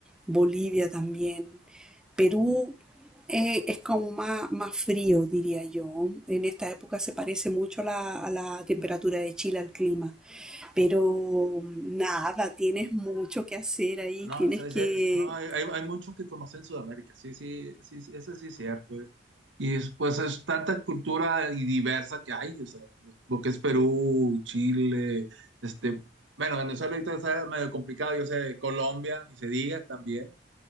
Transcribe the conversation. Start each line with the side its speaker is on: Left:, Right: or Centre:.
Centre: Bolivia también. Perú eh, es como más, más frío, diría yo. En esta época se parece mucho a la, a la temperatura de Chile, al clima. Pero nada, tienes mucho que hacer ahí,
Right: No,
Centre: tienes
Right: o sea,
Centre: que...
Right: dice, es- no, hay, hay- hay mucho que conocer en Sudamérica, sí, sí, sí, sí, eso sí es cierto. ¿eh? Y es- pues es tanta cultura y diversa que hay, o sea, lo que es Perú, Chile, este, bueno, Venezuela ahorita está medio complicado, yo sé, Colombia, ni se diga también.